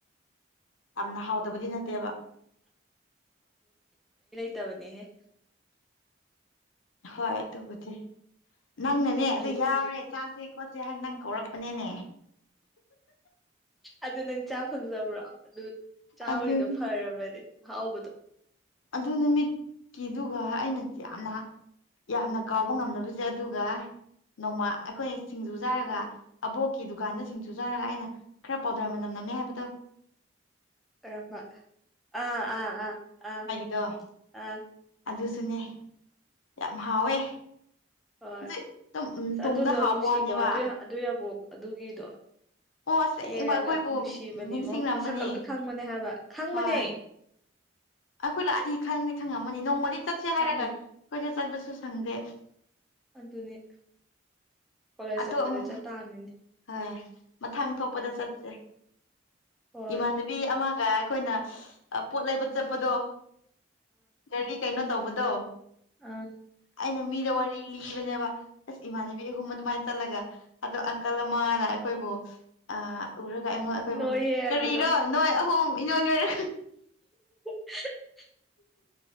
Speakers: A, on the left (about 80°); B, in the centre.
A: ꯌꯥꯝꯅ ꯍꯥꯎꯗꯕꯗꯤ ꯅꯠꯇꯦꯕ
B: ꯇꯕꯅꯤꯍꯦ
A: ꯍꯣꯏ ꯑꯗꯨꯕꯨꯗꯤ ꯅꯪꯅꯅꯦ ꯑꯗꯨ
B: ꯈꯦꯆꯤ
A: ꯌꯥꯎꯔꯦ ꯆꯥꯁꯦ ꯈꯣꯠꯁꯦ ꯍꯥꯏꯅ ꯅꯪ ꯔꯛꯄꯅꯦꯅꯦ
B: ꯑꯗꯨ ꯅꯪ ꯆꯥ ꯐꯪꯖꯕ꯭ꯔꯣ ꯑꯗꯨ ꯆꯥ
A: ꯑꯗꯨꯅꯤ
B: ꯍꯔꯤꯗꯣ ꯐꯔꯕꯅꯦ ꯍꯥꯎꯕꯗꯨ
A: ꯑꯗꯨ ꯅꯨꯃꯤꯠꯀꯤꯗꯨꯒ ꯑꯩꯅ ꯌꯥꯝꯅ ꯌꯥꯝꯅ ꯀꯥꯎꯕ ꯉꯝꯗꯅꯕꯁꯦ ꯑꯗꯨꯒ ꯅꯣꯡꯃ ꯑꯩꯈꯣꯏꯅ ꯁꯤꯡꯖꯨ ꯆꯥꯔꯒ ꯑꯕꯣꯛꯀꯤ ꯗꯨꯀꯥꯟꯗ ꯁꯤꯡꯖꯨ ꯆꯥꯔꯒ ꯑꯩꯅ ꯈꯔ ꯄꯥꯎꯗꯔ ꯃꯅꯝ ꯅꯝꯃꯦ ꯍꯥꯏꯦꯕꯗꯣ
B: ꯔꯝꯕ ꯑꯥ ꯑꯥ ꯑꯥ ꯑꯥ
A: ꯗꯣ
B: ꯑꯥ
A: ꯑꯗꯨꯁꯨꯅꯦ ꯌꯥꯝ ꯍꯥꯎꯋꯦ
B: ꯍꯣꯏ
A: ꯑꯗꯨ
B: ꯑ
A: ꯑꯗꯨꯝ ꯎꯝ ꯇꯨꯡꯗ
B: ꯑꯗꯨꯗꯣ
A: ꯍꯥꯎꯕ
B: ꯅꯨꯡꯁꯤꯀꯣ
A: ꯋꯥꯅꯦꯕ
B: ꯑꯗꯨ ꯑꯗꯨ ꯌꯥꯕꯣꯛ ꯑꯗꯨꯒꯤꯗꯣ
A: ꯑꯣ ꯑꯁꯦꯡꯕ
B: ꯇꯦꯔꯒ
A: ꯑꯩꯈꯣꯏꯕꯨ
B: ꯅꯨꯡꯁꯤꯕꯅꯦꯉꯣ
A: ꯅꯤꯡꯁꯤꯡꯔꯝꯃꯅꯤ
B: ꯃꯁꯛꯀ ꯂꯣꯏ ꯈꯪꯕꯅꯦ ꯍꯥꯏꯕ ꯈꯪꯕꯅꯦ
A: ꯍꯣꯏ ꯑꯩꯈꯣꯏ ꯂꯥꯛꯑꯗꯤ ꯈꯪꯗꯤ ꯈꯪꯉꯝꯃꯅꯤ ꯅꯣꯡꯃꯗꯤ ꯆꯠꯁꯦ
B: ꯈꯪꯅꯤ
A: ꯍꯥꯏꯔꯒ ꯑꯩꯈꯣꯏꯁꯨ ꯆꯠꯄꯁꯨ ꯁꯪꯗꯦ
B: ꯑꯗꯨꯅꯤ ꯀꯣꯂꯦꯖ
A: ꯑꯇꯣ
B: ꯆꯠꯄꯗ
A: ꯑꯃꯨꯛ
B: ꯆꯠꯇꯥꯥꯔꯅꯤꯅꯦ
A: ꯍꯣꯏ ꯃꯊꯪ ꯊꯣꯛꯄꯗ ꯆꯠꯁꯦ
B: ꯍꯣꯏ
A: ꯏꯃꯥꯟꯅꯕꯤ ꯑꯃ ꯑꯩꯈꯣꯏꯅ ꯄꯣꯠ ꯂꯩꯕ ꯆꯠꯄꯗꯣ ꯒꯥꯔꯤ ꯀꯩꯅꯣ ꯇꯧꯕꯗꯣ
B: ꯑ
A: ꯑꯩꯅ ꯃꯤꯗ ꯋꯥꯔꯤ ꯂꯤꯈꯤꯕꯅꯦꯕ ꯑꯁ ꯏꯃꯥꯟꯅꯕꯤ ꯑꯍꯨꯝ ꯑꯗꯨꯃꯥꯏꯅ ꯆꯠꯂꯒ ꯑꯗꯣ ꯀꯜ ꯑꯃꯥꯅ ꯑꯩꯈꯣꯏꯕꯨ ꯑꯥ ꯎꯔꯒ ꯑꯩꯉꯣ ꯑꯩꯈꯣꯏꯕꯨ
B: ꯅꯣꯏꯌꯦ ꯍꯥꯏꯕꯗꯣ
A: ꯀꯔꯤꯔꯣ ꯅꯣꯏ ꯑꯍꯨꯝ ꯏꯅꯣꯏ ꯅꯣꯏꯔ
B: <unintelligible>